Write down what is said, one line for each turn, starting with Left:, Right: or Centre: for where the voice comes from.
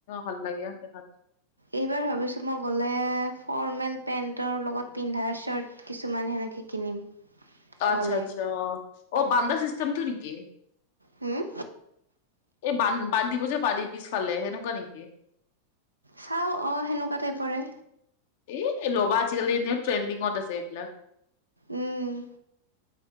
Left: ভাল লাগে দেখাত
Right: এইবাৰ ভাবিছোঁ মই গ'লে ফৰ্মেল পেণ্টৰ লগত পিন্ধা শ্বাৰ্ট কিছুমান সেনেকে কিনিম।
Left: আচ্ছা
Right: গ'লে
Left: আচ্ছা অ', বান্দা চিষ্টেমটো নেকি?
Right: হুম?
Left: এই বান-বান্ধিব যে পাৰি পিছফালে সেনেকুৱা নেকি?
Right: চাওঁ অ' সেনেকুৱা টাইপৰে।
Left: এ ল'বা আজিকালি এনে ট্ৰেণ্ডিঙত আছে এইবিলাক।
Right: উম